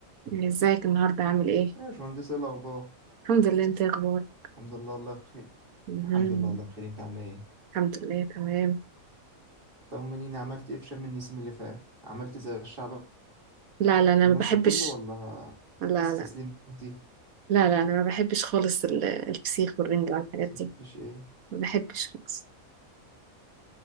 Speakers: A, on the right; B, on the right.
A: يعني ازيك النهارده عامل ايه
B: يا باشمهندس ايه الاخبار
A: الحمد لله انت ايه اخبارك
B: الحمد لله والله بخير
A: مهم.
B: الحمد لله والله بخير انت عامله ايه
A: الحمد لله تمام
B: طمنيني عملت ايه في شم النسيم اللي فات عملت زي الشعب
A: لا لا انا
B: المصري
A: ما بحبش
B: كله ولا
A: لا
B: استسلمتي
A: لا لا لا انا ما بحبش خالص ال- الفسيخ والرنجة والحاجات
B: ما بتحبيش
A: دي
B: ايه
A: ما بحبش خالص